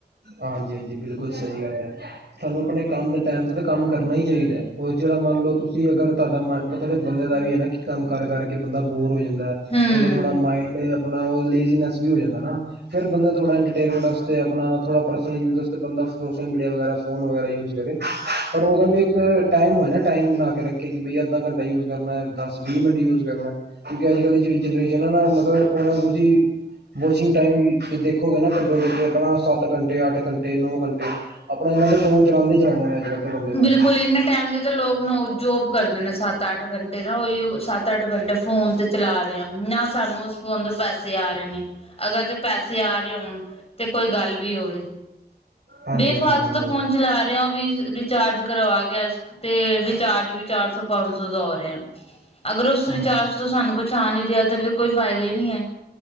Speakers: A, on the right (about 80°); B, on the left (about 35°).
A: ਹਾਂਜੀ। ਹਾਂਜੀ। ਬਿਲਕੁਲ। ਸਹੀ। ਗੱਲ। ਹੈ। ਸਾਨੂੰ। ਆਪਣੇ। ਕੰਮ। ਦੇ। ਟਾਈਮ। ਤੇ। ਤਾਂ। ਕੰਮ। ਕਰਨਾ। ਹੀ। ਚਾਹੀਦਾ। ਰ। ਜਿਹੜਾ। ਮੰਨ। ਲਓ। ਤੁਸੀਂ। ਅਗਰ। ਤੁਹਾਡਾ। ਮ। ਬੰਦੇ ਦਾ ਵੀ ਹੈ ਨਾ ਕੀ ਕੰਮ ਕਰ ਕਰਕੇ ਬੰਦਾ ਬੋਰ ਹੋ ਜਾਂਦਾ
B: ਹੂੰ
A: ਉਹਦਾ ਥੋੜਾ ਮਾਇੰਡ ਆਪਣਾ ਲੇਜ਼ੀਨੈਸ ਵੀ ਹੋ ਜਾਂਦਾ ਨਾ ਫੇਿਰ ਬੰਦਾ ਥੋੜਾ ਇੰਟਰਟੇਨਮੈਂਟ ਆਪਣਾ ਥੋੜਾ ਪਰਸਨਲ ਯਜ ਬੰਦਾ ਸੋਸ਼ਲ ਮੀਡੀਆ ਵਗੈ ਫੋ ਵਗੈ ਯੂਜ ਕਰੇ ਪਰ ਉਹਦਾ ਵੀ ਇੱਕ ਟਾਈਮ ਹੋਏ ਨਾ ਟਾਈਮ ਬਣਾ ਕੇ ਰੱਖੇ ਕਿ ਬਈ ਅੱਧਾ ਘੰਟਾ ਯੂਜ ਕਰਨਾ ਦਸ ਵੀਹ ਮਿੰਟ ਯੂਜ ਕਰਨਾ ਕਿਉਂਕਿ ਅੱਜ ਕੱਲ ਦੀ ਜਿਹੜੀ ਜਨਰੇਸ਼ਨ ਹੈ ਨਾ ਮਤਲਬ ਉਹ ਨੂੰ ਤੁਸੀਂ ਵਾਚਿੰਗ ਟਾਈਮ ਦੇਖੋਗੇ ਨਾ ਕੱਢੋਗੇ ਆਪਣਾ ਸੱਤ ਘੰਟੇ ਅੱਠ ਘੰਟੇ ਨੋ ਘੰਟੇ ਆਪਣਾ ਇਹਨਾ ਦੇ ਫੋ ਚਉਂਦੇ ਚਲਾਂਦੇ ਨੇ ਅੱਜ ਕੱਲ ਤਾਂ ਬੰਦੇ ਤੇ
B: ਬਿਲਕੁਲ ਇੰਨੇ ਟਾਈਮ ਦੇ ਤਾਂ ਲੋਕ ਜੋਬ ਕਰਦੇ ਨੇ ਸੱਤ ਅੱਠ ਘੰਟੇ ਤਾਂ ਉਹਹੀ ਸੱਤ ਅੱਠ ਘੰਟ ਫੋਨ ਤੇ ਚਲਾ ਰਹੇ ਆ ਨਾ ਸਾਨੂੰ ਉਸ ਫੋਨ ਤੋਂ ਪੈਸੇ ਆ ਰਹੇ ਨੇ ਅਗਰ ਤੇ ਪੈਸੇ ਆ ਰਹੇ ਹੋਣ ਤੇ ਕੋਈ ਗੱਲ ਵੀ ਹੋਵੇ
A: ਹਾਂਜੀ
B: ਬੇਫਾਲਤ
A: ਹਾਂਜੀ ਬਿਲਕੁਲ
B: ਦਾ ਫੋਨ ਚਲਾ ਰਿਹਾ ਉਹ ਵੀ ਰਿਚਾਰਜ ਕਰਵਾ ਗਿਆ ਤੇ ਰਿਚਾਰਜ ਵੀ ਚਾਰ ਸੌ ਪੰਜ ਸੌ ਦਾ ਹੋ ਰਿ। ਅਗਰ ਉਸ
A: ਹਾਂ
B: ਵਿਚਾਰ ਤੋਂ ਸਾਨੂੰ ਕੋ ਛਾਂ ਨੀ ਰਿਹਾ ਤਾਂ ਫਿਰ ਕੋਈ ਫਾਇਦਾ ਹੀ ਨਹੀਂੀ ਹੈ।